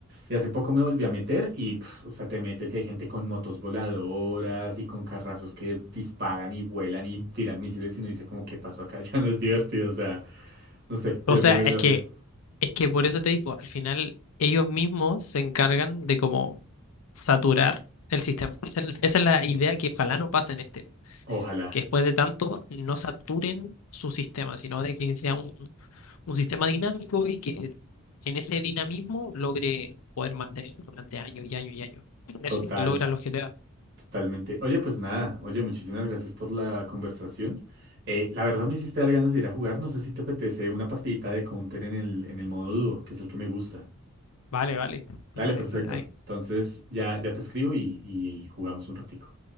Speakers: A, on the right; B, on the left.
A: Y hace poco me volví a meter y, pf, o sea, te metes y hay gente con motos voladoras y con carrazos que disparan y vuelan y tiran misiles y uno dice como, ¿qué pasó acá? <laughs> Ya no es divertido, o sea, no sé, pierde
B: O sea,
A: la
B: es
A: gracia.
B: que, es que por eso te digo, al final ellos mismos se encargan de como saturar el sistema. Esa es, esa es la idea que ojalá no pase en este.
A: Ojalá,
B: que después de tanto no saturen su sistema, sino de que sea un, un sistema dinámico y que en ese dinamismo logre poder mantener durante años y años y años. Eso
A: total.
B: es lo que logra los GTA.
A: Totalmente. Oye, pues nada, oye, muchísimas gracias por la conversación. Eh, la verdad me hiciste dar ganas de ir a jugar. No sé si te apetece una partidita de Counter en el, en el modo dúo, que es el que me gusta.
B: Vale, vale.
A: Dale,
B: Ah,
A: perfecto.
B: es que hay-
A: Entonces ya, ya te escribo y, y jugamos un ratico.